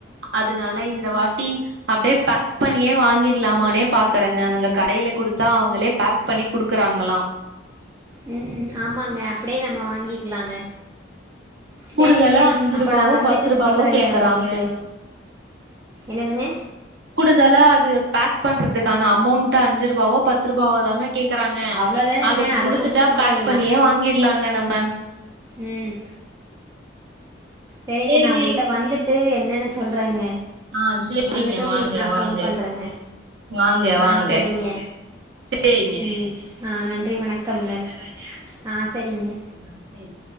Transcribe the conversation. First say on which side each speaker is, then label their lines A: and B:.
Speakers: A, on the right (about 65°); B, on the right (about 20°).
A: அத நா ல்ல இந்த வாட்டி அப்டியே பேக் பண்ணியே வாங்கிடலாமே பாக்குறேங்க அங்க கடையில கொடுத்தா அவங்களே பேக் பண்ணி குடுக் க்றாங்களா
B: ம் ஆமாங்க அப்படியே நம்ம வாங்கிக்கலாங்க சரிங்க
A: கூடுதலா அஞ்சு
B: அப்ப
A: ரூபாவோ
B: நான் வந்துட்டு
A: பத்து ரூபாவோ
B: சொல்றேங்க
A: கேக்குறாங்க
B: உங்களுக்கு என்னதுங்க
A: கூடுதலா அது பேக் பண்றதுக்கான அமௌண்ட் அஞ்சு ரூபாவோ பத்து ரூபாவோ தாங்க கேக்கறாங்க
B: அவ்ளோதானங்க
A: அத குடுத்துட்டா
B: குடுத்துட்டு
A: பேக்
B: போயிடலா
A: பண்ணியே வாங்கிடலாங்க நம்ம
B: ம் சரிங்க
A: சேரிங்க
B: நான் உங்கள்ட்ட வந்துட்டு என் என்னென்ன சொல்றாங்க
A: ஆ சேரிங்க
B: வந்துட்டு உங்களுக்கு
A: வாங்க
B: நான்
A: வாங்க
B: ஃபோன் பண்றேங்க
A: வாங்க
B: ஆஹ்
A: வாங்க
B: சரிங்க
A: சேரிங்க
B: ம் ஆஹ் நன்றி வணக்கம்ங்க ஆ சரிங்க
A: ஆஹ் செரி